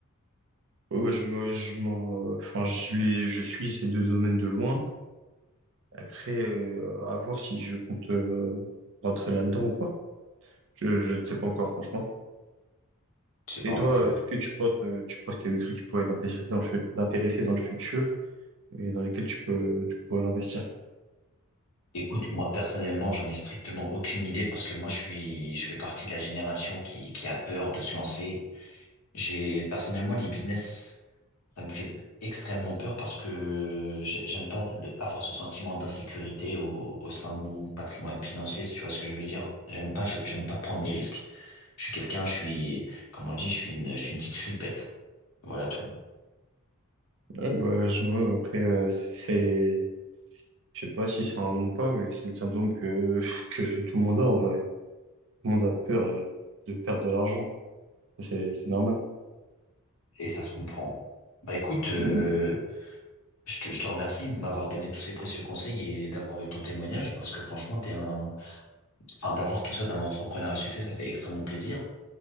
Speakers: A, on the right (about 60°); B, on the left (about 80°).
A: ouais, je me, je m'en, enfin, je les, je suis ces deux domaines de loin. Après, euh, à voir si je compte euh, rentrer là-dedans ou pas. Je, je ne sais pas encore, franchement.
B: Je sais pas
A: Et
B: encore.
A: toi, est-ce que tu penses, euh, tu penses qu'il y a des trucs qui pourraient t'intéresser dans le, fu- t'intéresser dans le futur et dans lesquels tu peux, tu pourrais investir?
B: Écoute, moi personnellement, j'en ai strictement aucune idée parce que moi je suis, je fais partie de la génération qui, qui a peur de se lancer. J'ai personnellement les business, ça me fait extrêmement peur parce que j'ai- j'aime pas le- avoir ce sentiment d'insécurité au, au sein de mon patrimoine financier, si tu vois ce que je veux dire. J'aime pas, je- j'aime pas prendre des risques. Je suis quelqu'un, je suis, comme on dit, je suis une, je suis une petite flippette. Voilà tout.
A: Ouais, bah, je vois, après, euh, c'est, Je sais pas si c'est un nom ou pas, mais c'est le syndrome que, <laughs> que tout le monde a en vrai. Tout le monde a peur euh, de perdre de l'argent. Ça, C'est, c'est normal.
B: Et ça se comprend. Bah écoute, euh,
A: Non,
B: Je te, je te remercie de m'avoir donné tous ces précieux conseils et d'avoir eu ton témoignage parce que franchement, t'es un, enfin, d'avoir tout ça d'un entrepreneur à succès, ça fait extrêmement plaisir